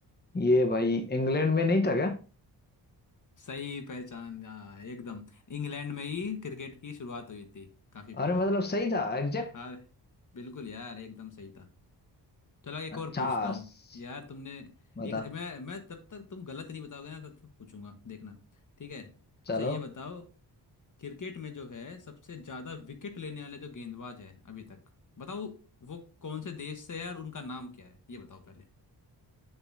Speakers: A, on the left (about 25°); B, on the left (about 45°).
A: ये भाई इंग्लैंड में नहीं था क्या
B: सही पहचान हाँ, एकदम इंग्लैंड में ही क्रिकेट की शुरुआत हुई थी काफी पहले
A: अरे मतलब सही था एग्जैक्ट
B: हाँ बिल्कुल यार एकदम सही था चलो एक
A: अच्छा
B: और पूछता हूँ
A: स-
B: यार तुमने
A: बता
B: एक मैं मैं तब तक तुम गलत नहीं बताओगे ना तब तक पूछूंगा देखना ठीक है
A: चलो
B: अच्छा ये बताओ क्रिकेट में जो है सबसे ज्यादा विकेट लेने वाले जो गेंदबाज है अभी तक बताओ वो कौन से देश से है और उनका नाम क्या है ये बताओ पहले